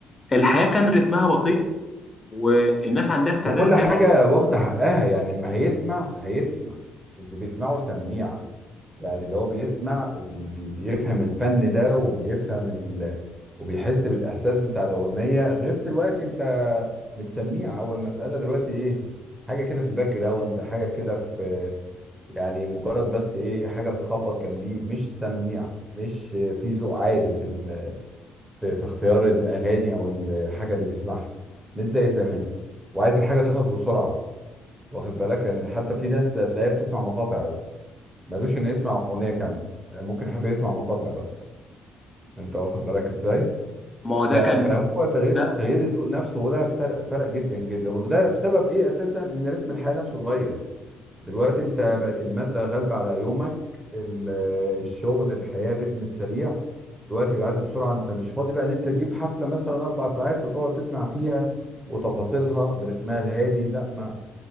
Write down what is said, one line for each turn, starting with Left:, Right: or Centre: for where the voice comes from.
Left: الحياة كان رتمها بطيء والناس عندها استعداد
Right: وكل
Left: إن
Right: حاجة
Left: هي تقعد
Right: واخدة حقها يعني ما هيسمع هيسمع اللي بيسمعه سميع يعني اللي هو بيسمع وبيفهم الفن ده وبيفهم ال... وبيحس بالإحساس بتاع الأغنية غير دلوقتي أنت مش سميع هو المسألة دلوقتي إيه حاجة كده في الباك جراوند حاجة كده في يعني مجرد بس إيه حاجة بتخبط جنبيه مش سميع مش في ذوق عالي في ال... في في اختيار الأغاني أو الحاجة اللي بيسمعها مش زي زمان وعايز الحاجة تخلص بسرعة واخد بالك يعني حتى في ناس تلاقيها بتسمع مقاطع بس ملوش انه يسمع اغنيه كامله يعني ممكن يحب يسمع مقاطع بس انت واخد بالك ازاي
Left: ما هو ده
Right: ف- فهو
Left: كان
Right: تغيير
Left: ده
Right: تغيير الذوق نفسه وده فرق فرق جدا جدا وده بسبب ايه اساسا ان رتم الحياه نفسه اتغير دلوقتي انت بقت الماده غالبه على يومك ال- الشغل الحياه الرتم السريع دلوقتي بيعدي بسرعه انت مش فاضي بقى ان انت تجيب حفله مثلا اربع ساعات وتقعد تسمع فيها وتفاصيلها برتمها الهادي لا ما